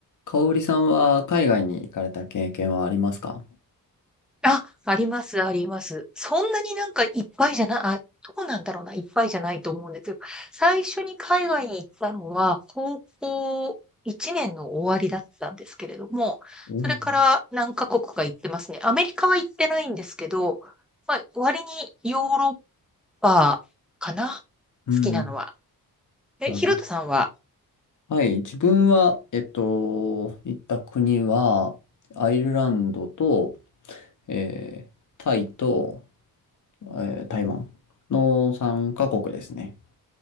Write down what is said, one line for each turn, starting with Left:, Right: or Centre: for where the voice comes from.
Left: 香織さんは海外に行かれた経験はありますか
Centre: あ、あります、あります。そんなになんかいっぱいじゃない、あ、どうなんだろうな、いっぱいじゃないと思うんですけど、最初に海外に行ったのは、高校1年の終わりだったんですけれども、
Left: うん。
Centre: それから何カ国か行ってますね。アメリカは行ってないんですけど、まあ、割にヨーロッパかな、
Left: うん。
Centre: 好きなのは。え、
Left: あ
Centre: ヒロトさんは
Left: はい。自分は、えっと、行った国は、アイルランドと、えータイと、えー台湾の3カ国ですね。